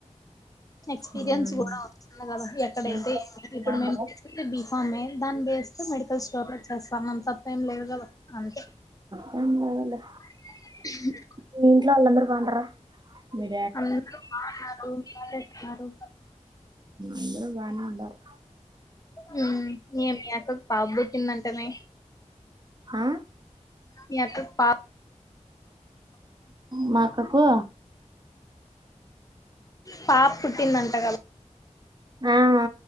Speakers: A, on the left (about 30°); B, on the right (about 35°).
A: ఎక్స్పీరియన్స్
B: ఉమ్
A: కూడా వస్తుంది కదా, ఎక్కడైతే
B: ఇంట్లో
A: ఏం లే ఇప్పుడు మేమ్ తిస్కుంది బి ఫార్మే దాన్ని బేస్తో మెడికల్ స్టోర్ లో చేస్తాన్నాం తప్పేం లేదు కదా అంతే
B: ఎం కాదు లే
A: <unintelligible> <inaudible>
B: మీ ఇంట్లో వాళ్లాందరు బాగుంటర్రా మ్మ్
A: అందరూ బాగున్నారు బాలేన్నారు
B: అందరం బానే ఉండారు
A: మ్మ్ ఎం మీ అక్క కు పాప బుట్టిందంటనే
B: ఆ
A: మీ అక్కకు పాప్
B: మా అక్కకు
A: పాప పుట్టిందంట కదా
B: ఆ ఆ